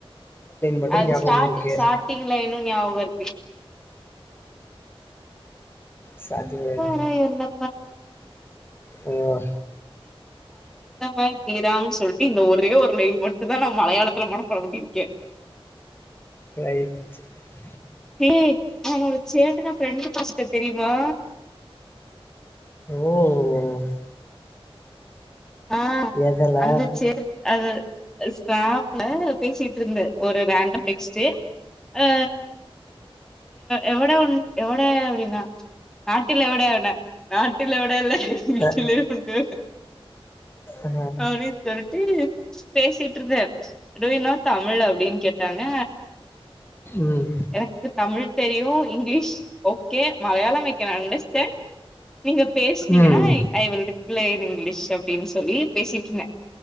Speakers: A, on the left; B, in the centre.
A: மட்டு
B: அது
A: ஞாபகம்
B: ஸ்டார்
A: இருக்கு
B: ஸ்டார்ட்டிங்ல இன்னொ ஞாபகம் இருக்கு
A: ஸ்டார்டிங்
B: <unintelligible> மழங்கிறத
A: லைன் ஓ
B: மாதிரி தீராான்ங்கன் சொல்ட்டு இந்த ஒரே ஒரு லைன் மட்டும் தா நான் மலையாளத்துல மனப்பாட பண்ணிருக்கேன்
A: <unintelligible>
B: ஹே நான் ஒரு சேட்டன ஃப்ரெண்டு பிடுச்சுட்டே தெரியுமா
A: ஓ
B: ஆ
A: எதுல
B: வந்துச்சு அது ஸ்டாப்ல பேசிட்டு இருந்தேன் ஒரு ரேண்டம் டெக்ஸ்டு அ எவ எவட அப்டின்னா நாட்டில் எவடனா நாட்டில் எவட இல்ல <unintelligible>
A: அ ஆ
B: அப்டின்னு சொல்ட்டு பேசிட்டு இருந்த டூ யூ னோ தமிழ் அப்டின்னு கேட்டாங்க
A: ம்
B: எனக்கு தமிழ் தெரியும் English okay Malayalam I can understand நீங்க பேசுனீங்கனா
A: ம்
B: I will reply in English அப்டின்னு சொல்லி பேசிட்டு இருந்தே